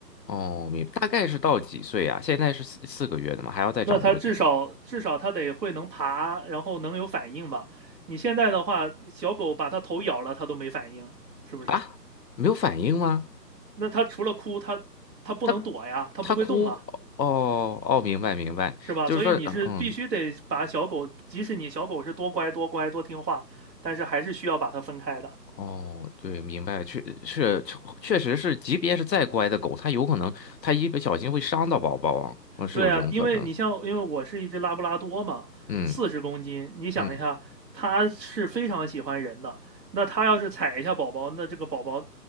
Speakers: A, on the left; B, on the right.
A: 哦，明白。大概是到几岁啊？现在是四四个月的吗？还要再长多久
B: 那它至少至少它得会能爬，然后能有反应吧？你现在的话，小狗把它头咬了，它都没反应，是不是？
A: 啊？没有反应吗？
B: 那它除了哭，它它不能躲呀，
A: 他
B: 它不会动啊，
A: 他哭哦哦，明白明白，
B: 是吧？
A: 就是说嗯
B: 所以你是必须得把小狗，即使你小狗是多乖多乖多听话，但是还是需要把它分开的。
A: 哦对，明白，确是确实是，即便是再乖的狗，它有可能它一不小心会伤到宝宝啊，嗯是有这种可能，
B: 对啊，因为你像，因为我是一只拉布拉多嘛，
A: 嗯
B: 四十公斤，你想一下，
A: 嗯，
B: 它是非常喜欢人的。那它要是踩一下宝宝，那这个宝宝，